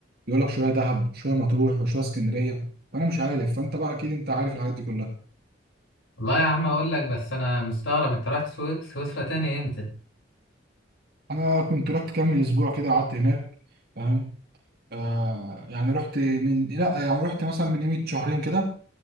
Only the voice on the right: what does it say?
يقول لك شويه دهب شويه مطروح وشويه اسكندريه فانا مش عارف فانت بقى اكيد انت عارف الحاجات دي كلها
انا كنت رحت كام اسبوع كده قعدت هناك فاهم آه يعني رحت من لا يعني رحت مثلا من قيمه شهرين كده